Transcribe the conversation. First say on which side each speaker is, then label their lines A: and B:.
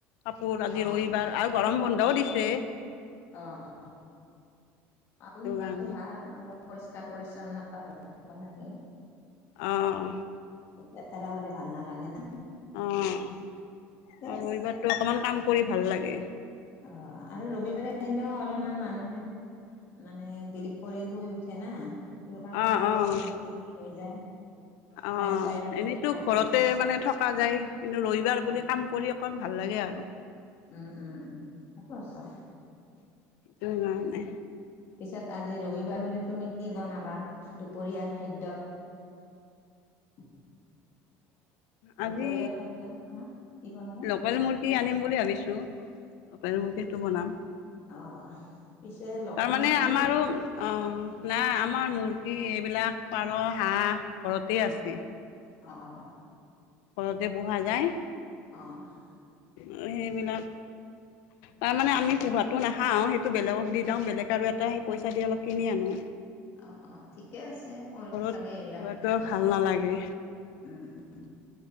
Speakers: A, on the left; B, on the left.
A: কাপোৰ আজি
B: অ',
A: ৰবিবাৰ
B: অ',
A: আৰু গৰম বন্ধও দিছে।
B: অ অ
A: সেইটো
B: আপোন ধোৱাতো
A: কাৰণে
B: ভাল অলপ। পৰিষ্কাৰ পৰিচ্ছন্নতা হৈ থাকিব লাগে।
A: অহঁ।
B: বতাৰা হলে ভাল ন লাগে ন।
A: অ আৰু
B: আছে।
A: ৰবিবাৰতো অকমান কাম কৰি ভাল লাগে।
B: অ আৰু ৰবিবাৰে এনেও অলপমান মানুহে। মানে দেৰি কৰি শুই উঠে না সেইটো কাৰণ
A: অ',
B: আৰু
A: অ',
B: অলপ বেছি দেৰি হৈ যায়।
A: অ
B: টাইম পাই টোপনি
A: এনেইতো
B: মাৰিবৰ
A: ঘৰতে
B: কাৰণে।
A: মানে থকা যায় কিন্তু ৰবিবাৰ বুলি
B: উম,
A: কাম কৰি অকণ। ভাল লাগে আৰু।
B: উম উম উম একো আছা।
A: ওমম <unintelligible>
B: পিছত আজি ৰবিবাৰ বুলি তুমি কি বনাবা দুপৰীয়াৰ খাদ্য। <unintelligible>
A: আজি
B: দুপৰীয়াৰ খাদ্য আহ কি বনাবা
A: লোকেল মুৰ্গী আনিম বুলি ভাবিছো। লকেল মুৰ্গীটো বনাম।
B: অ পিছে লোকেল
A: তাৰমানে
B: মুৰ্গীটো
A: আমাৰো অ নাই আমাৰ মোৰ। এইবিলাক পাৰ হাঁহ ঘৰতেই
B: অ
A: আছে।
B: অ অ।
A: ঘৰতে পোহা যায়।
B: অঁ।
A: ও হেইবেলাক। তাৰমানানে আমি পোহাতো নাখাও সেইটো বেলেগক দি যাওঁ বেলেগ আৰু এটা সেই পইচা দি অলপ কিনি আনো।
B: অ অ ঠিকে আছে কৰিব
A: ঘৰত
B: লাগে এইবিলাক
A: পোহাটো
B: বিজনেচ
A: ভাল নালাগে
B: উম উ। <unintelligible>